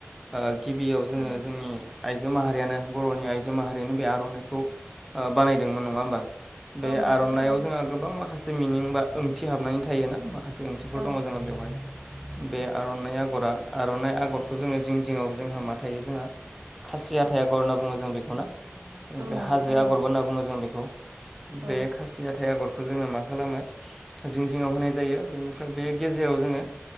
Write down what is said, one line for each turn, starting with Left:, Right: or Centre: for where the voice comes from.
Centre: ओ गिबियाव जोङो
Right: औ
Centre: जोंनि। आइजो माहारियानो बर'नि आइजो माहारियानो बे आर'नाइखौ बानायदोंमोन नङा होमबा? बे
Right: औ नंगौ
Centre: आर'नाइाव
Right: थारैनो
Centre: जोंहा गोबां माखासे मिनिं बा ओंथि हाबनानै थायो ना मा खासे ओंथिफोर
Right: औ
Centre: दङ जोंना बेवहाय, बे आर'नाइ आगरा आरनाइ आगरखौ जोङो जिं जिङाव जोंहा मा थायो जोंहा खासि हाथाय आगर होनना बुङो जों बेखौ ना? बेनिफ्राय
Right: औ नंगौ
Centre: हाजो
Right: थारैनो
Centre: आगरबो होनना बुङो जों बेखौ। बे
Right: औ
Centre: खासि हाथाय आगरखौ खौ जोङो मा खालामो जिं जिङाव होनाय जायो, बेनिफ्राय बे गेजेराव जोङो।